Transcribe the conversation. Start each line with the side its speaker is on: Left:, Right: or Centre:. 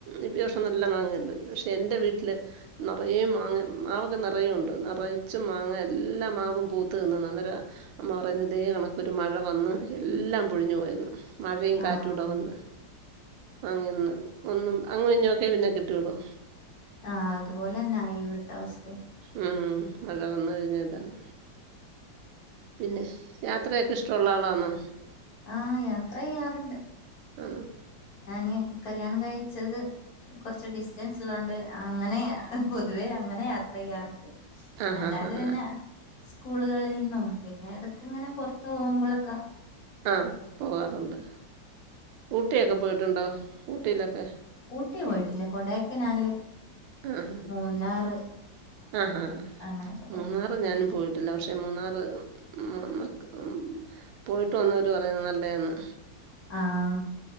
Right: ഈ വർഷം നല്ല മാങ്ങയുണ്ട് പക്ഷേ എൻ്റെ വീട്ടില് നറയെ മാങ്ങ മാവൊക്കെ നറയെ ഉണ്ട് നറച്ചും മാങ്ങ എല്ലാ മാവും പൂത്തുനിന്നതാ അന്നേരം അമ്മ പറയുന്നത് ഇതേ കണക്കൊരു മഴ വന്ന് എല്ലാം പൊഴിഞ്ഞു പോയെന്ന് മഴയും കാറ്റുടെ
Left: ആഹ്
Right: വന്ന് അങ്ങിന്ന് ഒന്നും അങ്ങു ഇഞ്ഞോക്കേ പിന്നെ കിട്ടിയോളു
Left: ആഹ് അതുപോലെന്ന ഇവിടുത്തെ അവസ്ഥയും
Right: ഉം. മഴ വന്നു കഴിഞ്ഞയിതാണ് പിന്നെ യാത്രയൊക്കെ ഇഷ്ടൊള്ള ആളാന്നോ
Left: ആ യാത്രയെയ്യാറ്ണ്ട്
Right: ആന്നോ
Left: ഞാന് കല്യാണം കഴിച്ചത് കുറച്ച് ഡിസ്റ്റൻസ് ഇള്ളോണ്ട് അങ്ങനെ പൊതുവേ അങ്ങനെ യാത്രയെയ്യാറുണ്ട്
Right: ആ ഹാ
Left: അല്ലാതെ
Right: ഹാ ഹാ.
Left: പിന്നെ സ്കൂളുകളിൽ നിന്നും പിന്നെ ഇടക്കിങ്ങനെ പുറത്തോവുമ്പളക്ക
Right: ആഹ് പോവാറുണ്ട് ഊട്ടിയൊക്കെ പോയിട്ടുണ്ടോ ഊട്ടിയിലൊക്കെ
Left: ഊട്ടി പോയിട്ടില്ല കൊടൈക്കനാല്
Right: ആഹ
Left: മൂന്നാറ്
Right: ആഹഹാ
Left: അങ്ങനെയൊക്കെ പോയിട്ടുണ്ട്
Right: മൂന്നാറ് ഞാനും
Left: പിന്നെ
Right: പോയിട്ടില്ല പക്ഷെ മൂന്നാറ് ഉ ഉ പോയിട്ട് വന്നവര് പറയുന്ന നല്ലയാന്ന്
Left: ആഹ്